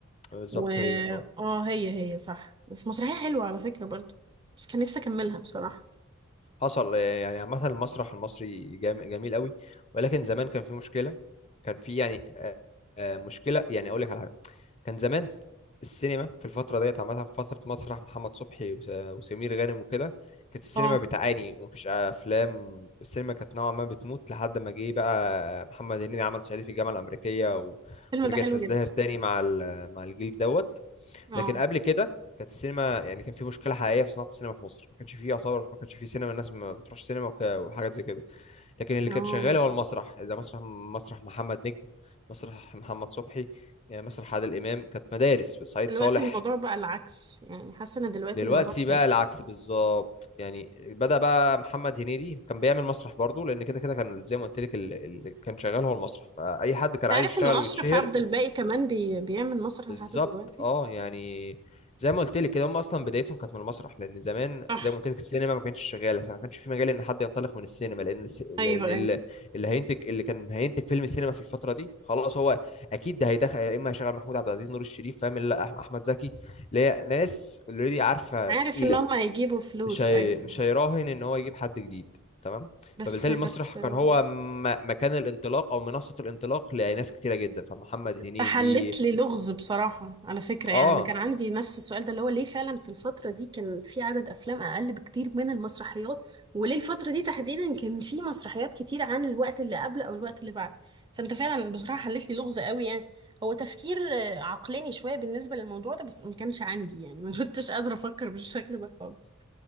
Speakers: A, on the left; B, on the right.
A: بالظبط
B: و
A: هي اه
B: اه هي هي صح بس مسرحية حلوة على فكرة برضو بس كان نفسي اكملها بصراحة
A: حصل آه، يعني عامة المسرح المصري جام- جميل قوي ولكن زمان كان في مشكلة كان في يعني آه، آه، مشكلة يعني أقول لك على حاجة كان زمان السينما في الفترة ديت عامة في فترة مسرح محمد صبحي وس- وسمير غانم وكده كانت السينما
B: اه
A: بتعاني ومفيش أفلام السينما كانت نوعا ما بتموت لحد ما جه بقى محمد هنيدي عمل صعيدي في الجامعة الأمريكية و...
B: الفيلم
A: ورجعت
B: ده حلو
A: تزدهر
B: جدا
A: تاني مع ال... مع الجيل دوت
B: اه
A: لكن قبل كده كانت السينما يعني كان في مشكله حقيقيه في صناعه السينما في مصر ما كانش فيه يعتبر ما كانش فيه سينما الناس ما بتروحش سينما وك- وحاجات زي كده لكن اللي
B: اه
A: كان شغال هو المسرح زي مسرح مسرح محمد نجم مسرح محمد صبحي يعني مسرح عادل امام كانت مدارس سعيد
B: دلوقتي
A: صالح
B: الموضوع بقى العكس يعني حاسة ان دلوقتي
A: دلوقتي
B: الموضوع اختلف
A: بقى العكس بالظبط يعني بدأ بقى محمد هنيدي كان بيعمل مسرح برضه لان كده كده كان زي ما قلت لك ال- اللي كان شغال هو المسرح فاي حد كان
B: تعرف
A: عايز يشتغل
B: ان اشرف
A: ويتشهر
B: عبد الباقي كمان بي... بيعمل مسرح لحد
A: بالظبط
B: دلوقتي
A: اه يعني زي ما قلت لك كده هم اصلا بدايتهم كانت من المسرح لان زمان
B: صح
A: زي ما قلت لك السينما ما كانتش شغاله فما كانش في مجال ان حد ينطلق من السينما لان الس...
B: ايوه
A: لان
B: ايوه
A: ال- اللي هينتج اللي كان هينتج فيلم سينما في الفتره دي خلاص هو اكيد ده هيدخل يا اما هيشغل محمود عبد العزيز نور الشريف فاهم لا أح- احمد زكي اللي هي ناس اوريدي عارفه
B: عارف
A: تقيله
B: ان هم هيجيبوا فلوس
A: مش هي...
B: ايوه
A: مش
B: أيوة.
A: هيراهن ان هو يجيب حد جديد تمام
B: بس
A: فبالتالي
B: بس
A: المسرح كان
B: آه،
A: هو م... مكان الانطلاق او منصه الانطلاق لناس كتيره جدا فمحمد هنيدي
B: تحلت لي لغز بصراحه على فكره
A: اه
B: يعني انا كان عندي نفس السؤال ده اللي هو ليه فعلا في الفتره دي كان في عدد افلام اقل بكتير من المسرحيات وليه الفتره دي تحديدا كان في مسرحيات كتير عن الوقت اللي قبل او الوقت اللي بعد فانت فعلا بصراحه حلت لي لغز قوي يعني هو تفكير آه، عقلاني شويه بالنسبه للموضوع ده بس ما كانش عندي يعني <laughs> ما كنتش قادره افكر بالشكل ده خالص